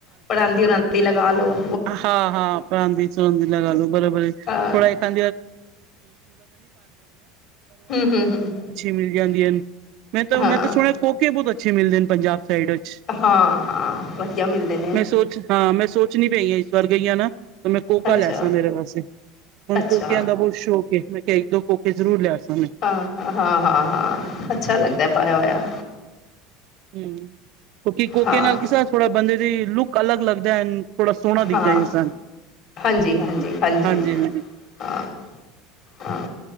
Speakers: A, on the left (about 50°); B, on the right (about 60°).
A: ਪਰਾਂਦੀ ਰਾ ਦੀ ਲਗਾ ਲੋ।
B: ਹਾਂ-ਹਾਂ ਪਰਾਂਦੀ-ਚੁਰੰਦੀ ਲਗਾ ਲੋ, ਬਰਾ-ਬਰੀ। <unintelligible>
A: ਹਾਂ
B: ਅੱਛੀ
A: ਹੂੰ ਹੂੰ ਹੂੰ
B: ਮਿਲ ਜਾਂਦੀਆਂ ਹਨ। ਮੈਂ ਤਾਂ
A: ਹਾਂ
B: ਮੈਂ ਤਾਂ ਸੁਣਿਆ ਕੋਕੇ ਬਹੁਤ ਅੱਛੇ ਮਿਲਦੇ ਨੇ ਪੰਜਾਬ ਸਾਈਡ ਵਿੱਚ
A: ਹਾਂ ਹਾਂ ਵਧੀਆ ਮਿਲਦੇ ਨੇ
B: ਮੈਂ ਸੋਚ ਹਾਂ, ਮੈਂ ਸੋਚਨੀ ਪਈ ਹ <inaudible> ਤਾਂ ਮੈਂ ਕੋਕਾ
A: ਅੱਛਾ
B: ਲੈ ਸਕਾਂ ਮੇਰੇ ਵਾਸਤੇ ਹੁਣ
A: ਅੱਛਾ
B: ਕੋਕਿਆਂ ਦਾ ਬਹੁਤ ਸ਼ੌਕ ਏ। ਮੈਂ ਕਿਹਾ ਇੱਕ ਦੋ ਕੋਕੇ ਜ਼ਰੂਰ ਲਿਆ ਸਾ ਮੈਂ।
A: ਹਾਂ-ਹਾਂ, ਹਾਂ-ਹਾਂ, ਅੱਛਾ ਲਗਦਾ ਪਾਇਆ ਹੋਇਆ।
B: ਹੂ, ਕਿਉਂਕਿ ਕੋਕੇ
A: ਹਾਂ
B: ਨਾਲ ਕਿਸ ਥੋੜਾ ਬੰਦੇ ਦੀ ਲੁੱਕ ਅਲੱਗ ਲੱਗਦਾ ਐ। ਥੋੜਾ ਸੋਹਣਾ ਦਿਖਦਾ।
A: ਹਾਂ
B: ਇਨਸਾਨ
A: ਹਾਂਜੀ
B: ਹੂ,
A: ਹਾਂਜੀ ਹਾਂਜੀ
B: ਹਾਂਜੀ-ਹਾਂਜੀ।
A: ਹਾਂ ਹਾਂ